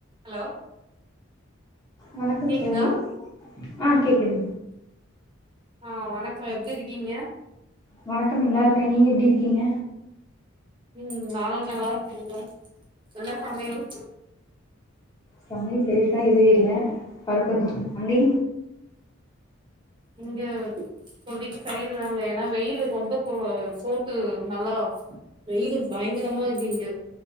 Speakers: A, on the right; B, on the left.
A: hello
B: வணக்கம்
A: கேக்குதா
B: சகோதரி ஆஹ் கேக்குது
A: ஆஹ் வணக்கம் எப்படி இரு க்கீங்க
B: வணக்கம் நல்லா இருக்கே நீங்க எப்படி இருக்கீங்க
A: உம் நானு நல்லா இருக்கேங்க என்ன சமையல்
B: சமய பே எது இல்ல படுத்தர்னு அண்ணி
A: இங்க இப்போதைக்கு தயிரு தாங்க ஏன்னா வெயிலு ரொம்ப கோ போட்டு நல்லா வெயிலு பயங்கரமா இருக்கு இங்க